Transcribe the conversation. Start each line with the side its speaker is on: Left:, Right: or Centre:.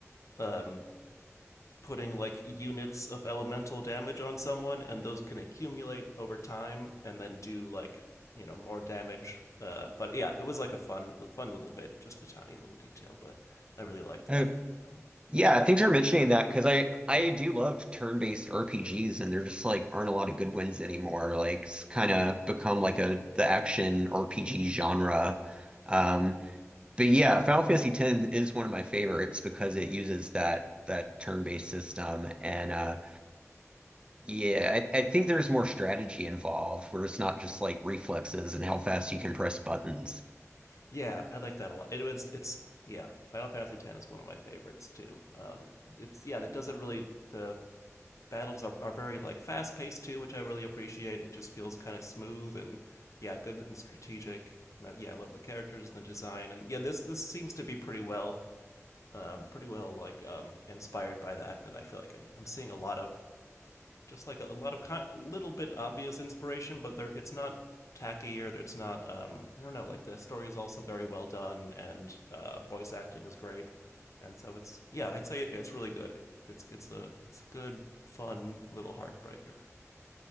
Left: um putting like units of elemental damage on someone and those can accumulate over time and then do like you know more damage uh, but yeah it was like a fun fun little bit just a tiny little detail but i really liked
Right: Uh,
Left: that um,
Right: Yeah, thanks for mentioning that because I I do love turn-based RPGs and there just like aren't a lot of good ones anymore. Like it's kind of become like a the action RPG genre. Um,
Left: right
Right: but yeah, Final Fantasy X is one of my favorites because it uses that that turn-based system and uh yeah, I, I think there's more strategy involved where it's not just like reflexes and how fast you can press buttons.
Left: yeah i like that a lot it was it's yeah final fantasy x is one of my favorites too um, it's yeah it doesn't really the battles are, are very like fast paced too, which I really appreciate. It just feels kind of smooth and yeah, good and strategic. And I- yeah, I love the characters and the design, and yeah, this this seems to be pretty well, um, pretty well like um, inspired by that, and I feel like I'm, I'm seeing a lot of just like a, a lot of con- little bit obvious inspiration, but there it's not tacky or it's not um I don't know, like the story is also very well done and uh voice acting is great. And so it's yeah, I'd say it's really good. It, it's it's a it's a good fun little heartbreaker.